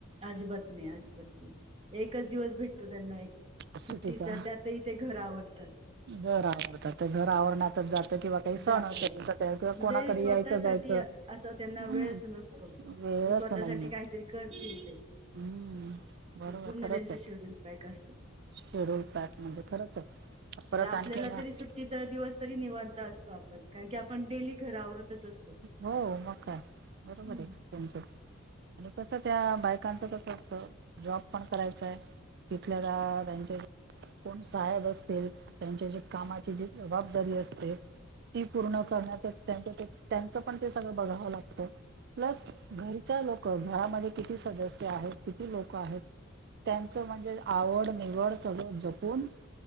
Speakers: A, on the right; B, on the right.
A: आजिबात नाही, अजिबात नाही एकच दिवस भेटतो त्यांना एक
B: सुटीचा
A: सुट्टीचा त्यातही ते घर आवरतात.
B: घर आवरतात तर घर आवरण्यातच जात किंवा काही सण
A: जातो
B: असेल
A: म्हणजे
B: तर किंवा कोणाकडे
A: स्वतः
B: यायचं जायचं
A: साठी असा त्यांना
B: हम्म
A: वेळच नसतो.
B: वेळच
A: कि स्वतःसाठी
B: नाहीये
A: काहीतरी करतील ते.
B: हम्म बरोबर
A: म्हणजे पूर्ण
B: खरंच
A: त्यांच
B: आहे
A: शेड्यूल पॅक असतंय.
B: शेड्यूल पॅक म्हणजे खरंच आहे. परत
A: ज आपल्याला
B: आणखी म- हम्म,
A: तरी सुट्टीचा दिवस तरी निवांत असतो आपण कारण की आपण डेली घर आवरतच असतो.
B: हो म का बरोबर
A: हम्म
B: आहे त्यांच. आणि कसं त्या बायकांचं कसं असत जॉब पण करायचाय तिथल्या <unintelligible> त्यांच्या कोण साहेब असतील त्यांच्या जे कामाची जी जबाबदारी असते. ती पूर्ण करण्यातच त्यांच त्यांच पण ते सगळं बघावं लागत. प्लस घरच्या लोक घरामध्ये किती सदस्य आहेत किती लोक आहेत. त्यांचं म्हणजे आवड निवड सगळं जपून.